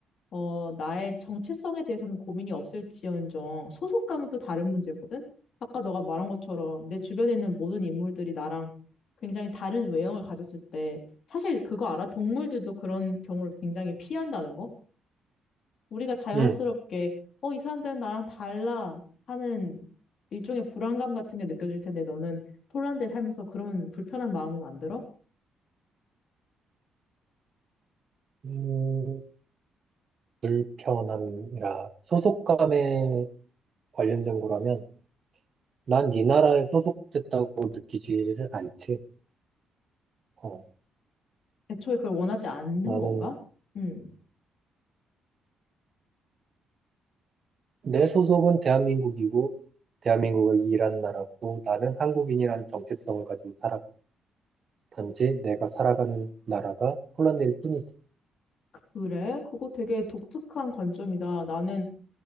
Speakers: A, on the left (about 60°); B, on the right (about 45°).
A: 어, 나의 정체성에 대해서는 고민이 없을지언정 소속감은 또 다른 문제거든? 아까 너가 말한 것처럼 내 주변에 있는 모든 인물들이 나랑 굉장히 다른 외형을 가졌을 때 사실 그거 알아? 동물들도 그런 경우를 굉장히 피한다는 거? 우리가 자연스럽게,
B: 음.
A: 어, 이 사람들은 나랑 달라 하는 일종의 불안감 같은 게 느껴질 텐데 너는 폴란드에 살면서 그런 불편한 마음은 안 들어?
B: 음, 불편함이라 소속감에 관련된 거라면 난 이 나라에 소속됐다고 느끼지를 않지. 어,
A: 애초에 그걸 원하지 않는
B: 나는
A: 건가? 음,
B: 내 소속은 대한민국이고 대한민국을 이란 나라고 나는 한국인이라는 정체성을 가지고 살아가. 단지 내가 살아가는 나라가 폴란드일 뿐이지.
A: 그래? 그거 되게 독특한 관점이다. 나는,